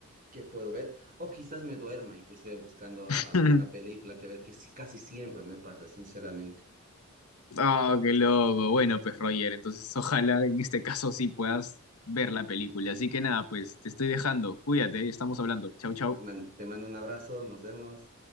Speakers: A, on the right; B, on the left.
A: qué puedo ver. O quizás me duerma, inclusive buscando
B: <laughs>
A: alguna película que a ver, que sí, casi siempre me pasa, sinceramente.
B: Oh, qué loco. Bueno, pues Roger, entonces ojalá en este caso sí puedas ver la película. Así que nada, pues te estoy dejando. Cuídate, estamos hablando. Chau, chau.
A: Te man- te mando un abrazo, nos vemos.